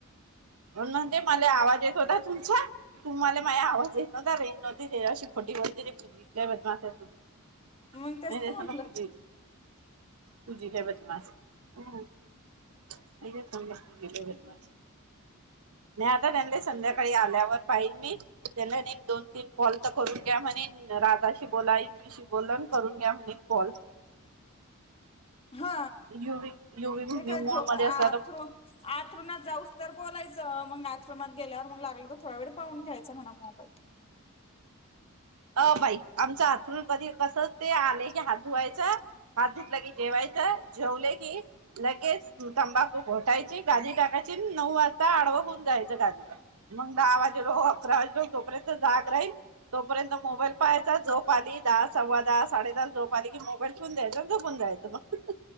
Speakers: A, on the right; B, on the left.
A: म्हणुन म्हणते मला आवाज. येत होता तुमच्या तुम्हाला माझ आवाज येत नव्हता रे नव्हती ते अशी खोटी ग पूले बदमास पू <unintelligible>
B: मग तेच
A: नाही नाही
B: तर म्हटलं
A: सल कती तुझीचा बदमास तुझीचा बदमास नाही आता त्यां संध्याकाळी आल्यावर पाहिल मी <unintelligible> त्याला दोन तीन कॉल तर करून घ्या म्हणे राधाशी बोला इंगलीशी बोला करून घ्या म्हणे कॉल
B: हा
A: युवी युवी
B: ते काय
A: मूड
B: झो
A: मध्ये
B: आथर
A: असला तर
B: आथरुणात जाऊस तर बोलायचं ह मग आश्रमात गेल्यावर मग लागलं तर थोडा वेळ पाहून घ्यायं म्हणा मोबाईल
A: अ बाई आमच आथरण कधी कस ते आले की हात धुवायचा हात धुतला की जेवायचा जेवले की लगेच तंबाखू फोटायची गादी टाकायची नऊ वाजता आडव होऊन जायचं गादीवर मग दहावाजेलो अकरा वाजल तोपर जाग राहील तोपर्यंत मोबाईल पाहायचा जोप आली दहा सव्वा दहा साडे दहा जोप आली कि मोबाईल फून जायच झोपून जायचं मग